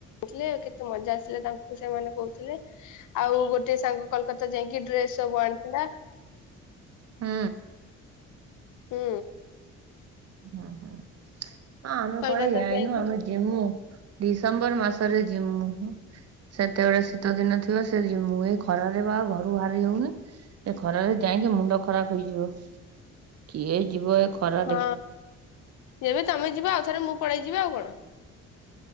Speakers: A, on the left; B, on the right.
A: ଥିଲେ କେତେ ମଜା ଆସିଲା ତାଙ୍କୁ ସେମାନେ କହୁଥିଲେ। ଆଉ ଗୋଟେ ସାଙ୍ଗ କଲକତା ଯାଇକି ଡ୍ରେସ ସବୁ ଆଣିଥିଲା।
B: ହୁଁ।
A: ହୁଁ।
B: ହଁ ହଁ ଆମେ
A: କୋଲକାତା
B: କୁଆଡେ ଯାଇନୁ
A: ଯାଇକି
B: ଆମେ ଯିମୁ ଡିସେମ୍ବର ମାସରେ ଯିମୁ ସେତେବେଳେ ଶୀତ ଦିନ ଥିବ ସେ ଯିମୁ ଏ ଖରାରେ ବା ଘରୁ ବାହାରି ହଉନି। ଏ ଖରାରେ ଯାଇକି ମୁଣ୍ଡ ଖରାପ ହେଇଯିବ କିଏ ଯିବ ଏ ଖରାରେ।
A: ହଁ ଯେବେ ତମେ ଯିବ ଆଉ ଥରେ ମୁଁ ପଳେଇ ଯିବି ଆଉ କଣ?